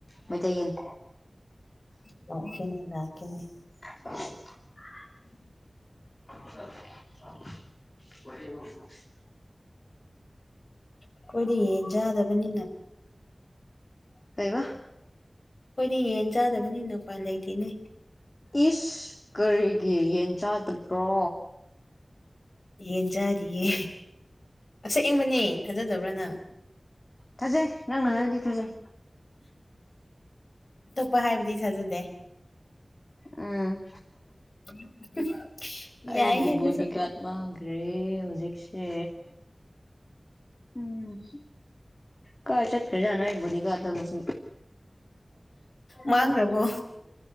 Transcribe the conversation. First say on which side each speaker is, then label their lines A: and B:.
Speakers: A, on the left; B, on the left.
A: ꯃꯩꯇꯩ ꯌꯦꯟ
B: ꯂꯥꯛꯀꯦꯅꯦ ꯂꯥꯛꯀꯦꯅꯦ
A: <unintelligible> <unintelligible>
B: ꯑꯩꯈꯣꯏꯗꯤ ꯌꯦꯟ ꯆꯥꯗꯕꯅꯤꯅ
A: ꯀꯩꯕ
B: ꯑꯩꯈꯣꯏꯗꯤ ꯌꯦꯟ ꯆꯥꯗꯕꯅꯤꯅ ꯎꯄꯥꯏ ꯂꯩꯇꯦꯅꯦ
A: ꯏꯁ ꯀꯔꯤꯒꯤ ꯌꯦꯟ ꯆꯥꯗꯕ꯭ꯔꯣ
B: ꯌꯦꯟ ꯆꯥꯗꯤꯌꯦ ꯑꯁꯦꯡꯕꯅꯦ ꯊꯥꯖꯗꯕ꯭ꯔ ꯅꯪ
A: ꯊꯥꯖꯩ ꯅꯪꯅ ꯍꯥꯏꯕꯗꯤ ꯊꯥꯖꯩ
B: ꯑꯇꯣꯞꯄ ꯍꯥꯏꯕꯗꯤ ꯊꯥꯖꯗꯦ
A: ꯎꯝ
B: <inaudible>
A: ꯑꯩꯒꯤ
B: ꯑꯗꯨꯁꯨ
A: ꯕꯣꯗꯤꯒꯥꯔꯗ ꯃꯥꯡꯈ꯭ꯔꯦ ꯍꯧꯖꯤꯛꯁꯦ ꯎꯝ ꯀꯥꯏ ꯆꯀꯖꯅ ꯑꯩꯕ‌ꯣꯗꯤꯒꯥꯠꯗ‌ꯣ ꯉꯥꯁꯤ
B: ꯃꯥꯡ꯭ꯒꯔꯕꯣ